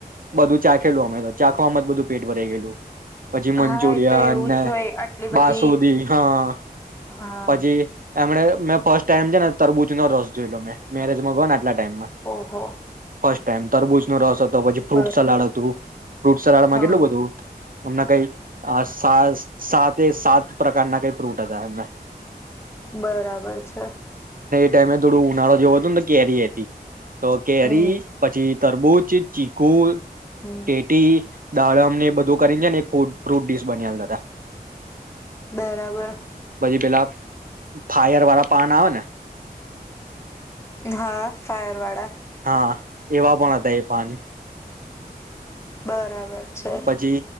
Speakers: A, on the right; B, on the left.
A: બધું ચાખેલું અમે તો. આમ જ બધું પેટ ભરાઈ ગયલું. પછી મંચુરિયન
B: હા એ તો એવું
A: ને
B: જ હોય આટલી
A: બાસુદી
B: બધી
A: હા
B: હા
A: પછી એમણે મેં ફર્સ્ટ ટાઈમ છે ને તરબૂજ નો રસ જોઈ લો મેં મેરેજમાં ગયો ને ના ટાઈમ માં
B: ઓહો
A: ફર્સ્ટ ટાઈમ તરબૂચ નો રસ હતો પછી ફ્રૂટ
B: બર
A: સલાડ હતું. ફ્રૂટ સલાડમાં
B: હા
A: કેટલું બધું અમના કઈ અ સાસ સાતે સાત પ્રકારના કઈ ફ્રૂટ હતા એમને
B: બરાબર છે.
A: તેમણે થોડું ઉનાળો જોવો હતું ને તો કેરી એ હતી. તો કેરી
B: હમ
A: પછી તરબૂત, ચીકુ
B: હમ
A: એટ <unintelligible> દાડમ ને એ બધું કરીને છે ને ફૂટી ફ્રૂટ ડીશ બનયાલતા તા
B: બરાબર
A: પછી પેલા ફાયર વાળા પાન આવે ને
B: હા ફાયરવાડા
A: હા એવા પણ હતા એ પાન
B: બરાબર. છે
A: પછી